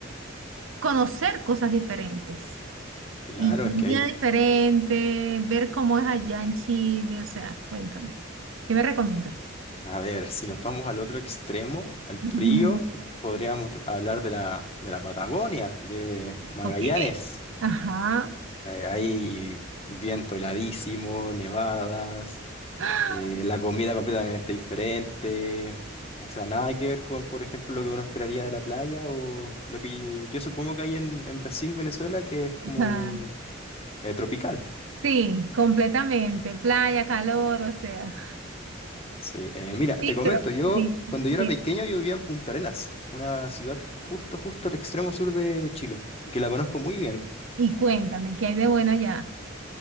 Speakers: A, on the right (about 80°); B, on the left (about 30°).
A: conocer cosas diferentes
B: claro,
A: y comida
B: es que hay.
A: diferente, ver cómo es allá en Chile, o sea, cuéntame, ¿qué me recomiendas?
B: A ver, si nos vamos al otro extremo, al frío,
A: Ujú.
B: podríamos t- hablar de la, de la Patagonia, de Magallanes.
A: Ok, ajá.
B: Eh, hay viento heladísimo, nevadas,
A: <gasps> ¡Ah!
B: eh, la comida completamente diferente. O sea, nada que ver con, por ejemplo, lo que uno esperaría de la playa o lo que yo supongo que hay en, en Brasil, Venezuela, que es como
A: Ajá.
B: Eh, tropical.
A: Sí, completamente, playa, calor, o sea.
B: Sí. Eh, mira, te
A: Sí,
B: comento,
A: pero
B: yo
A: sí,
B: cuando yo era
A: sí.
B: pequeño yo vivía en Punta Arenas, una ciudad justo, justo al extremo sur de, de Chile, y que la conozco muy bien.
A: Y cuéntame, ¿qué hay de bueno allá?